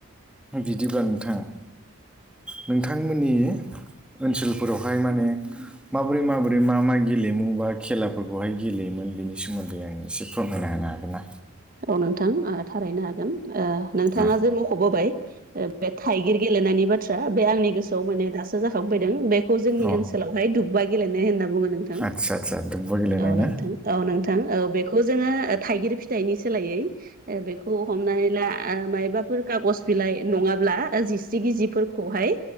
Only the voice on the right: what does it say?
औ नोंथां थारैनो हागोन नोंथाङा
जे मख'बोबाय बे थाइगिर गेलेनायनि बाथ्रा बे आंनि गोसोआव माने दासो जाखांफैदों बेखौ जोंनि
ओनसोलावहाय दुब् बा गेलेनाय होनना बुङो नोंथां
औ
नोंथां औ नोंथां औ बेखौ जोङो थाइगिर फिथाइनि सोलायै ओ बेखौ हमनानै ला मायबाफोर खागज बिलाइ नंङाब्ला जिस्रि गिजिफोरखौहाय